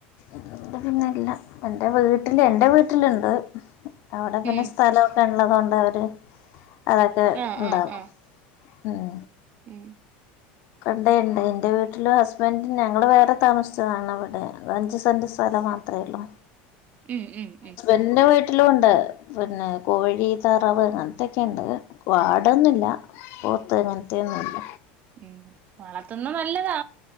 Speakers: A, on the left; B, on the right.
A: അതോണ്ട് പിന്നില്ല എന്റെ വീട്ടില് എന്റെ വീട്ടിലിണ്ട് അവിടെ പിന്നെ
B: ഉം
A: സ്ഥലോ ക്കെ ഇള്ളതൊണ്ട് അവര് അതൊക്കെ
B: ആഹ്
A: ഇണ്ടാക്കും
B: ആഹ് ആഹ്
A: ഉം
B: ഉം
A: പണ്ടേണ്ട് എൻ്റെ വീട്ടിലും ഹസ്ബൻഡ് ഞങ്ങള് വേറെ താമസിച്ചതാണ് അവടെ അത് അഞ്ച് സെന്റ് സ്ഥലം മാത്ര ത്രേള്ളൂ
B: മ്മ്ഹ് മ്മ്ഹ് മ്മ്ഹ്
A: ഇൻ്റെ വീട്ടിലും ഇണ്ട് പിന്നെ കോഴി താറാവ് അങ്ങനത്തൊക്കെണ്ട് വാടൊന്നുല്ല പോത്ത് അങ്ങനത്തെ ഒന്നുല്ല
B: ഉം വളർത്തുന്ന നല്ലതാ